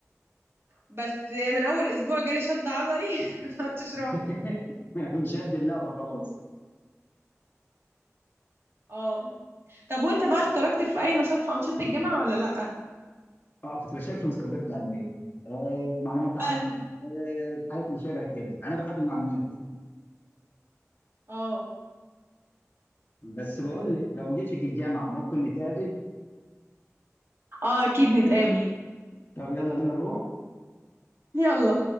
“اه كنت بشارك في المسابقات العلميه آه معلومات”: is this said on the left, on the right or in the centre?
Left